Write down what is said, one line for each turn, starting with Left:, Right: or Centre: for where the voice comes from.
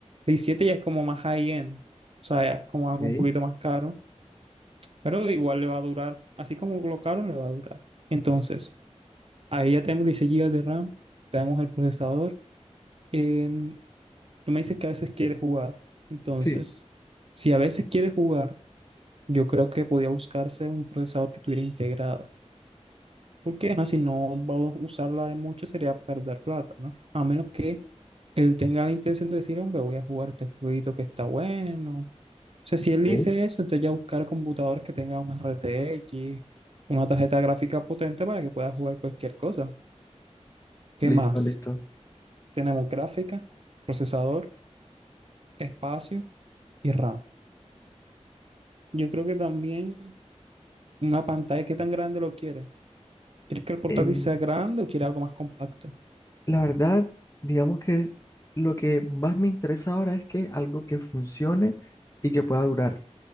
Right: El i7 ya es como más high-end, o sea, ya es como
Left: Ok,
Right: algo un poquito más caro, pero igual le va a durar, así como lo caro le va a durar. Entonces, ahí ya tenemos 16 gigas de RAM, tenemos el procesador. em, Tú me dices que a veces quieres jugar. Entonces,
Left: sí,
Right: si a veces quieres jugar, yo creo que podía buscarse un procesador que tuviera integrada. Porque ajá, si no va a usarla de mucho, sería perder plata, ¿no? A menos que él tenga la intención de decir, hombre, voy a jugar este jueguito que está bueno. O sea, si él dice
Left: ok.
Right: eso, entonces ya buscar computadores que tengan una RTX, una tarjeta gráfica potente para que pueda jugar cualquier cosa. ¿Qué
Left: Listo,
Right: más?
Left: listo.
Right: Tenemos gráfica, procesador, espacio y RAM. Yo creo que también una pantalla, ¿qué tan grande lo quieres? ¿Quieres que el portátil
Left: Em,
Right: sea grande o quieres algo más compacto?
Left: La verdad, digamos que lo que más me interesa ahora es que algo que funcione y que pueda durar.